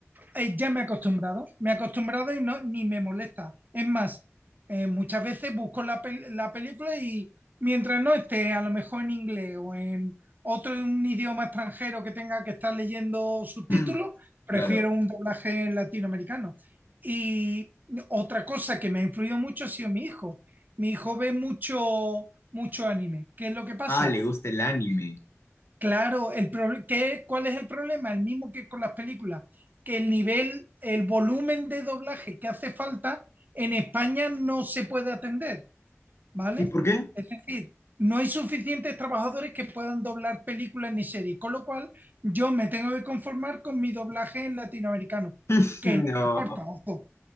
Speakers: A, on the right (about 40°); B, on the left (about 65°).
A: eh, ya me he acostumbrado, me he acostumbrado y no, ni me molesta. Es más, eh, muchas veces busco la, pel- la película y mientras no esté a lo mejor en inglés o en otro un idioma extranjero que tenga que estar leyendo subtítulos,
B: mm,
A: prefiero
B: claro.
A: un doblaje latinoamericano. Y otra cosa que me ha influido mucho ha sido mi hijo. Mi hijo ve mucho, mucho anime. ¿Qué es lo que pasa?
B: Ah, le gusta el anime.
A: Claro, el proble- ¿qué- ¿cuál es el problema? El mismo que con las películas, que el nivel, el volumen de doblaje que hace falta en España no se puede atender, ¿vale?
B: ¿Y por qué? <clears throat>
A: Es decir, no hay suficientes trabajadores que puedan doblar películas ni series, con lo cual yo me tengo que conformar con mi doblaje en latinoamericano,
B: <laughs>
A: que
B: No.
A: no me importa, ojo.